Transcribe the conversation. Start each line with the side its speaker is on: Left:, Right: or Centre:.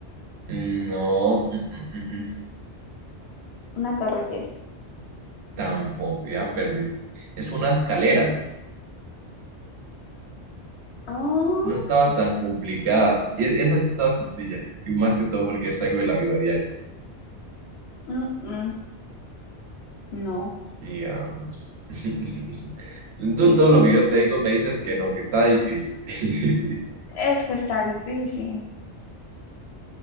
Right: No, mm, mm, mm, mm,
Left: Una carretera.
Right: Tampoco, ya perdiste. Es una escalera,
Left: Ah,
Right: no estaba tan complicada. Y e- esa sí estaba sencilla, y más que todo porque es algo de la vida diaria.
Left: mm, mm, No.
Right: Digamos. <laughs> Tú
Left: ¿Qué es
Right: todo
Left: eso?
Right: lo que yo te digo me dices que no, que está difícil. <laughs>
Left: Es que está difícil.